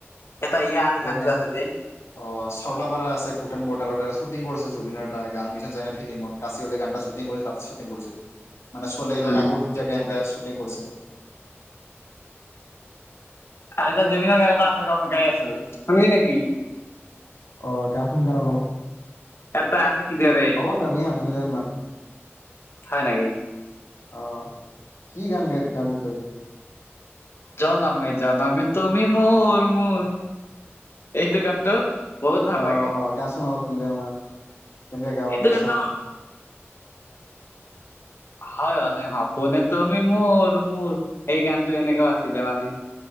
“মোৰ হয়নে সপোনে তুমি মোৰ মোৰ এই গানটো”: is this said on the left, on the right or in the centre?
Left